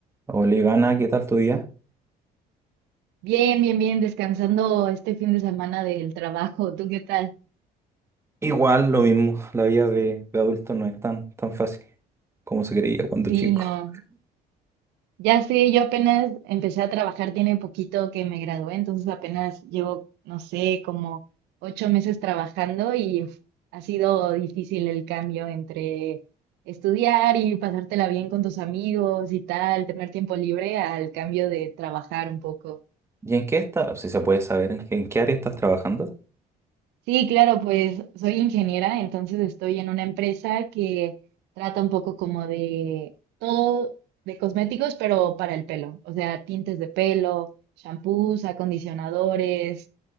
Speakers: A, on the right; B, on the right.
A: Hola Ivana, ¿qué tal tu día?
B: Bien, bien, bien, descansando este fin de semana del trabajo. ¿Tú qué tal?
A: Igual, lo mismo, la vida de, de adulto no es tan, tan fácil como se creía cuando
B: Sí,
A: chico.
B: no. Ya sé, yo apenas empecé a trabajar, tiene poquito que me gradué, entonces apenas llevo, no sé, como ocho meses trabajando y uf, ha sido difícil el cambio entre estudiar y pasártela bien con tus amigos y tal, tener tiempo libre al cambio de trabajar un poco.
A: ¿Y en qué estás? Si se puede saber, ¿en, qué en qué área estás trabajando?
B: Sí, claro, pues soy ingeniera, entonces estoy en una empresa que trata un poco como de todo de cosméticos, pero para el pelo, o sea, tintes de pelo, shampoos, acondicionadores,